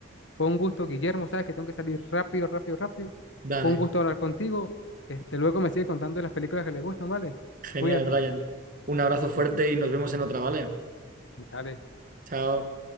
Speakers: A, on the left; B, on the right.
A: Fue un gusto, Guillermo, sabes que tengo que salir rápido, rápido, rápido.
B: dale.
A: Fue un gusto hablar contigo. Este, luego me sigue contando de las películas que le gustan, ¿vale?
B: Genial,
A: Cuídate.
B: Brian. Un abrazo fuerte y nos vemos en otra, ¿vale?
A: Dale.
B: Chao.